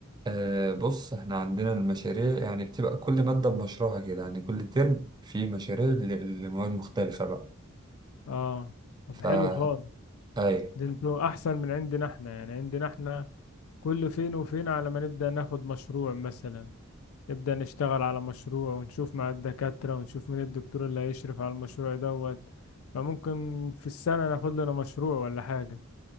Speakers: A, on the right; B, on the left.
A: آه بص احنا عندنا المشاريع يعني بتبقى كل مادة بمشروعها كده يعني كل ترم في مشاريع ل- لمواد مختلفة بقى
B: اه طب
A: فا
B: حلو خالص
A: اي ايه
B: ده انتوا احسن من عندنا احنا يعني عندنا احنا كل فين وفين على ما نبدأ ناخد مشروع مثلا نبدأ نشتغل على مشروع ونشوف مع الدكاترة ونشوف مين الدكتور اللي هيشرف على المشروع دوت فممكن في السنة ناخد لنا مشروع ولا حاجة